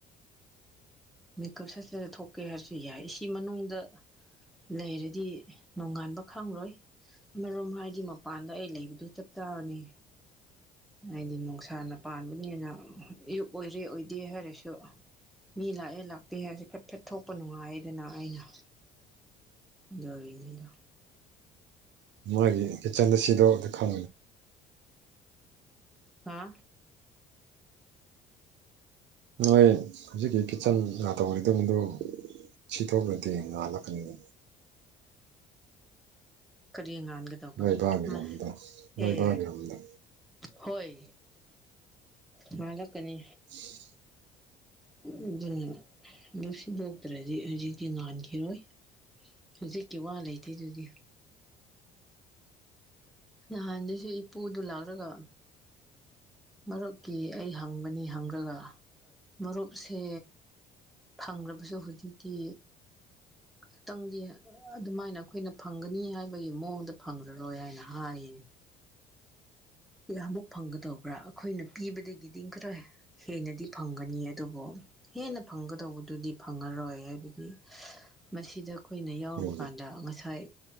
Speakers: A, in the centre; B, on the right.
A: ꯃꯤꯀꯞ ꯁꯠ ꯁꯥꯁꯥ ꯊꯣꯛꯀꯦ ꯍꯥꯏꯔꯁꯨ ꯌꯥꯏ ꯑꯦꯁꯤ ꯃꯅꯨꯡꯗ ꯂꯩꯔꯗꯤ ꯅꯣꯡꯉꯥꯟꯕ ꯈꯪꯔꯣꯏ ꯃꯔꯣꯝ ꯍꯥꯏꯗꯤ ꯃꯄꯥꯟꯗ ꯑꯩ ꯂꯩꯕꯗꯨ ꯆꯞ ꯆꯥꯕꯅꯤ ꯍꯥꯏꯗꯤ ꯅꯨꯡꯁꯥꯅ ꯄꯥꯟꯕꯅꯤꯅ ꯑꯌꯨꯛ ꯑꯣꯏꯔꯦ ꯑꯣꯏꯗꯦ ꯍꯥꯏꯔꯁꯨ ꯃꯤ ꯂꯥꯛꯑꯦ ꯂꯥꯛꯇꯦ ꯍꯥꯏꯁꯨ ꯐꯠ ꯐꯠ ꯊꯣꯛꯄ ꯅꯨꯡꯉꯥꯏꯌꯦꯗꯅ ꯑꯩꯅ ꯗꯣꯔꯤꯅꯤꯗ
B: ꯃꯣꯢꯒꯤ ꯀꯤꯠꯆꯟꯗ ꯁꯤꯗꯣ <unintelligible>
A: ꯍꯥ
B: ꯅꯣꯏ ꯍꯧꯖꯤꯛꯀꯤ ꯀꯤꯠꯆꯟꯂꯥ ꯇꯧꯔꯤꯗꯣꯝꯒꯤꯗꯣ ꯁꯤꯇꯣꯛꯔꯗꯤ ꯉꯥꯜꯂꯛꯀꯅꯤꯕ
A: ꯀꯔꯤ ꯉꯥꯟꯒꯗꯧꯕ
B: ꯅꯣꯏ ꯕꯥꯒꯤꯔꯣꯝꯗ
A: ꯃꯥ
B: ꯅꯣꯏ
A: ꯑꯦ
B: ꯕꯥꯒꯤꯔꯣꯝꯗ
A: ꯍꯣꯏ ꯉꯥꯜꯂꯛꯀꯅꯤ
B: ꯁꯤ
A: <unintelligible> ꯇ꯭ꯔꯗꯤ ꯍꯧꯖꯤꯛꯇꯤ ꯉꯥꯟꯈꯤꯔꯣꯏ ꯍꯧꯖꯤꯛꯀꯤ ꯋꯥ ꯂꯩꯇꯦ ꯑꯗꯨꯗꯤ ꯅꯍꯥꯟꯗꯩꯁꯨ ꯏꯄꯨꯗꯨ ꯂꯥꯛꯔꯒ ꯃꯔꯨꯞꯀꯤ ꯑꯩ ꯍꯪꯕꯅꯤ ꯍꯪꯔꯒ ꯃꯔꯨꯞꯁꯦ ꯐꯪꯔꯕꯁꯨ ꯍꯨꯖꯤꯛꯇꯤ ꯈꯇꯪꯗꯤ ꯑꯗꯨꯃꯥꯏꯅ ꯑꯈꯣꯏꯅ ꯐꯪꯒꯅꯤ ꯍꯥꯏꯕꯒꯤ ꯃꯑꯣꯡꯗ ꯐꯪꯔꯔꯣꯏ ꯍꯥꯏꯅ ꯍꯥꯏꯌꯦ ꯌꯃꯨꯛ ꯐꯪꯒꯗꯧꯕ꯭ꯔꯥ ꯑꯈꯣꯏꯅ ꯄꯤꯕꯗꯒꯤꯗꯤ <unintelligible> ꯍꯦꯟꯅꯗꯤ ꯐꯪꯒꯅꯤ ꯑꯗꯨꯕꯨ ꯍꯦꯟꯅ ꯐꯪꯒꯗꯧꯕꯗꯨꯗꯤ ꯐꯪꯉꯔꯣꯏ ꯍꯥꯏꯕꯗꯤ ꯃꯁꯤꯗ ꯑꯈꯣꯏꯅ ꯌꯥꯎꯕ
B: ꯌꯨꯝꯒꯤ
A: ꯀꯥꯟꯗ ꯉꯁꯥꯏ